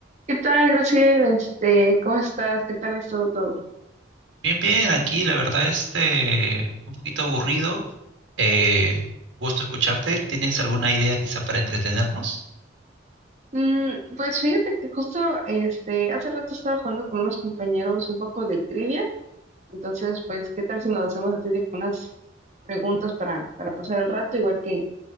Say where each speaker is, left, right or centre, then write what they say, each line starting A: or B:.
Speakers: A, on the right; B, on the right.
A: ¿Qué tal, Graciela? Este, ¿cómo estás? ¿Qué tal ha estado todo?
B: Bien, bien, aquí la verdad este un poquito aburrido. Eh, gusto escucharte. ¿Tienes alguna idea quizá para entretenernos?
A: Mm, pues fíjate que justo este, hace rato estaba jugando con unos compañeros un poco de trivia, entonces pues ¿qué tal si nos hacemos así de que unas preguntas para, para pasar el rato, igual que,